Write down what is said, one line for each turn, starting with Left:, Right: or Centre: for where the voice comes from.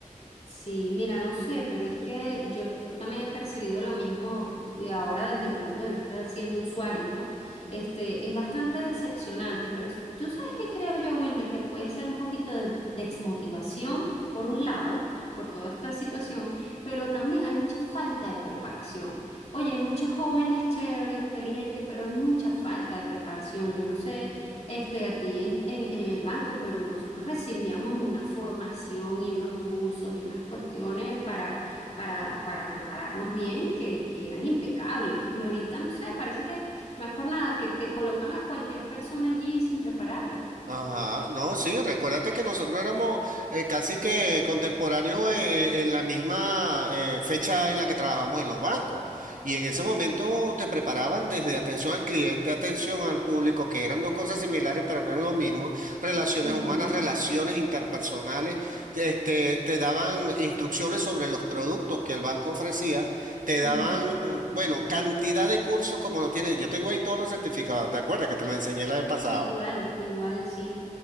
Left: Sí, mira, no sé, pero es que yo también he percibido lo mismo eh, ahora desde el punto de vista siendo usuario, ¿no? Este, es bastante decepcionante, pero s- tú sabes que creo yo, Wilmer, que puede ser un poquito de desmotivación, por un lado, por toda esta situación, pero también hay mucha falta de preparación. Oye, hay muchos jóvenes chéveres, inteligentes, pero hay mucha falta de preparación. Yo no sé. Este, a ti en, en- en el banco, pero nosotros recibíamos una formación y unos cursos y unas cuestiones para, para, para prepararnos bien que, que eran impecables. Y ahorita, no sé, parece que no es por nada, que, que colocan a cualquier persona allí sin prepararla.
Right: Ajá, no, sí, recuérdate que nosotros éramos eh, casi que contemporáneos eh, eh, en la misma eh, fecha en la que trabajamos en los bancos. Y en ese
Left: Sí.
Right: momento te preparaban desde atención al cliente, atención al público, que eran dos cosas similares, pero no era lo mismo. Relaciones
Left: Ujú,
Right: humanas, relaciones interpersonales, te- este, te daban instrucciones sobre los productos que el banco ofrecía, te daban,
Left: ujú.
Right: bueno, cantidad de cursos como no tienes. Yo tengo ahí todos los certificados, ¿te acuerdas que te los enseñé la vez pasada?
Left: Sí, igual, igual, sí.